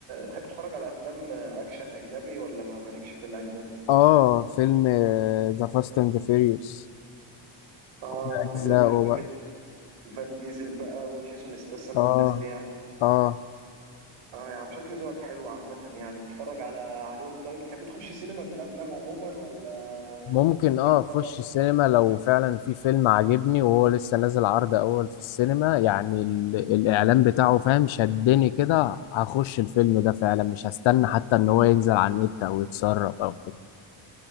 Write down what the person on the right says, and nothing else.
تحب تتفرج على افلام اكشن اجنبي ولا ما مالكش في الاجنبي
اه
انت
كده بتحب فين-
فان ديزل بقى وجيسون ستاثام
والناس دي يعني
اه يعني شكل ذوقك حلو عامة يعني بتتفرج على عليهم طيب تحب تخش سينما في الافلام عموما ولا
تحب
بقى تقعد